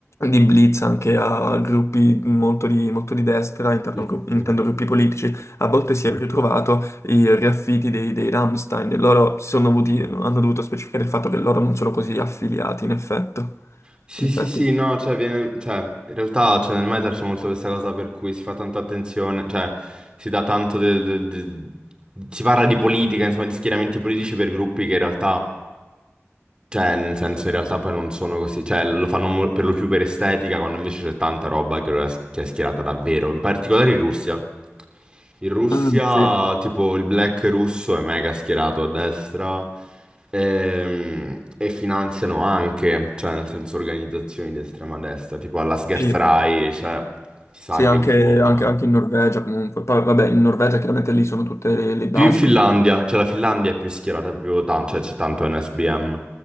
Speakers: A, on the left; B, on the right.
A: di blitz anche a gruppi molto di, molto di destra, intendo,
B: Sì,
A: intendo
B: sì,
A: gruppi politici, a volte si è ritrovato i riaffitti dei, dei Rammstein. Loro si sono dovuti, hanno dovuto specificare il fatto che loro non sono così affiliati, in effetto.
B: sì,
A: In
B: sì,
A: effetti.
B: sì, no, cioè, viene, cioè, in realtà cioè, nel metal c'è molto questa cosa per cui si fa tanta attenzione, cioè, si dà tanto del, del- del- si parla di politica, insomma, di schieramenti politici per gruppi che in realtà Cioè, nel senso, in realtà poi non sono così, cioè, lo fanno mo- per lo più per estetica, quando invece c'è tanta roba che, lo è, che è schierata davvero, in particolare in Russia. In Russia,
A: Mm, sì,
B: tipo, il black russo è mega schierato a destra ehm, e, finanziano anche, cioè, nel senso, organizzazioni di estrema destra, tipo alla Sgerzarai,
A: sì.
B: cioè, si sa
A: Sì,
B: che
A: anche,
B: i fondi
A: anche-
B: vanno.
A: anche in Norvegia comunque. Poi, vabbè, in Norvegia chiaramente lì sono tutte le, le basi
B: Più in Finlandia,
A: proprio.
B: cioè la Finlandia è più schierata, più tanto, cioè c'è tanto NSBM.